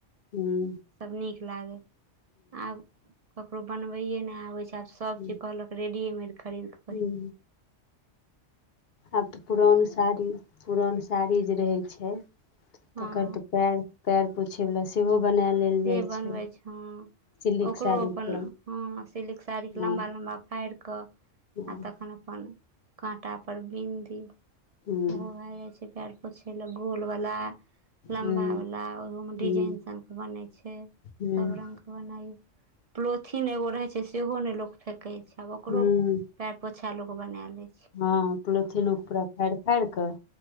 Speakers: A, on the left; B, on the right.
A: हूंम्म
B: सब नीक लागै आब ककरो बनबैए नहि आबै छै आब सभ
A: हूँ
B: चीज कहलक रेडीमेड खरीदकेऽ
A: हूँ आब तऽ पुरान साड़ी पुरान साड़ी जे रहै छै
B: हँ
A: तकर तऽ पएर पएर पोछयवला सेहो बनाए लेल
B: से
A: जाइ
B: बनबै
A: छै
B: हँ
A: सिल्क
B: ओकरो
A: साड़ीके
B: अपन हँ सिल्क साड़ी के लम्बा
A: हँ
B: लम्बा फाड़ि कऽ
A: हूँ
B: आ तखन अपन काँटापर बिनि दियौ
A: हूँ
B: ओहो भए जाइ छै पएर पोछै ले गोल वाला लम्बा
A: हूँ
B: वाला ओहो में
A: हूँ
B: डिजाइन सन के बने छै छै
A: हूँ
B: सब रंग के बनाय प्लोथििन एगो रहे छै सेहो ने लोको फेेक छै आब ओकरो
A: हूँ
B: पयर पोछा लोक बनाय लैय
A: हँ प्लोथििनोके पूरा फाड़ि फाड़ि कऽ